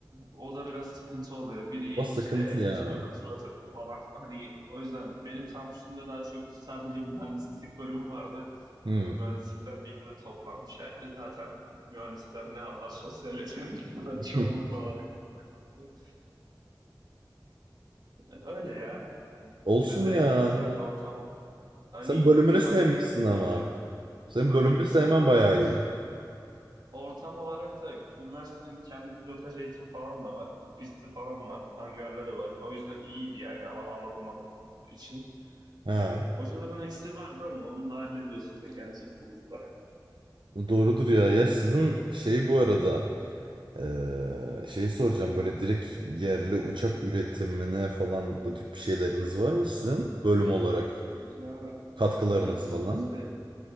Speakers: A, on the right; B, on the right.
A: o da biraz sıkıntı oluyor. Biri
B: O sıkıntı
A: işte 50
B: ya.
A: kilometre ötede falan. Hani o yüzden benim kampüsümde daha çok sadece mühendislik bölümü vardı.
B: Hmm.
A: Mühendislikler bir yere toplanmış. Yani zaten mühendisler ne anlar sosyal yeteneklerden
B: <laughs>
A: <laughs> çoğunluk olarak en azından. Öyle ya.
B: Olsun
A: Yine de
B: ya.
A: güzel bir ortam. Hani
B: Sen bölümünü
A: üniversitenin
B: sevmişsin
A: tek
B: ama.
A: iyi yanı.
B: Senin
A: Bölümümü
B: bölümünü sevmen
A: seviyordum
B: bayağı
A: evet.
B: iyi.
A: Ortam olarak da üniversitenin kendi pilotaj eğitim falan da var. Pisti falan var. Hangarları var. O yüzden iyiydi yani al alalım alalım için.
B: Ha,
A: Ee, hocaların eksiği vardı ama onu da hallediyoruz işte kendi çapımızda.
B: doğrudur ya. Ya sizin şey bu arada eee şeyi soracağım böyle direkt yerli uçak üretimine falan bu tip şeyleriniz var mı sizin bölüm olarak
A: Ya
B: katkılarınız
A: evet
B: falan?
A: işte